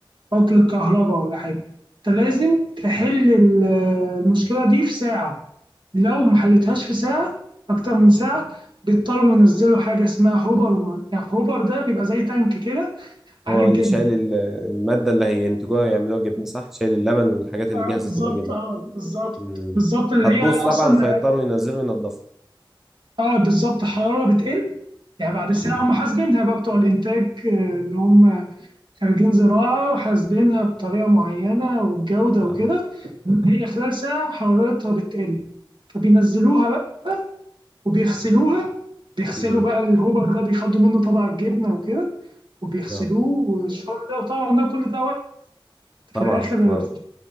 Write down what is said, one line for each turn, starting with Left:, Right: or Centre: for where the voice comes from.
Right: عطل كهرباء ولا حاجة أنت لازم تحل ال- المشكلة دي في ساعة لو ما حلتهاش في ساعة أكتر من ساعة بيضطروا ينزلوا حاجة اسمها هوبر ما. يعني هوبر ده بيبقى زي تانك كده عليه
Centre: هو
Right: الجبنة
Centre: اللي شايل ال- المادة اللي هينتجوها يعملوها جبنة صح شايل اللبن والحاجات اللي
Right: اه
Centre: جاهزة
Right: بالظبط
Centre: تبقى جبنة
Right: اه بالظبط
Centre: مم.
Right: بالظبط اللي
Centre: هتبوظ
Right: هي
Centre: طبعا
Right: أصلا
Centre: فيضطروا ينزلوا ينضفوا
Right: اه بالظبط حرارة بتقل يعني بعد ساعة
Centre: مم.
Right: هم حاسبينها بقى بتوع الإنتاج آه، اللي هم خريجين زراعة وحاسبينها بطريقة معينة والجودة
Centre: اه
Right: وكده إن هي خلال ساعة حرارتها بتقل فبينزلوها بقى وبيغسلوها بيغسلوا
Centre: مم.
Right: بقى الهوبر ده بيفضوا منه طبعا الجبنة وكده وبيغسلوه
Centre: اه
Right: والشغل ده وطبعا ده كل ده وقت
Centre: طبعا
Right: في الآخر
Centre: ما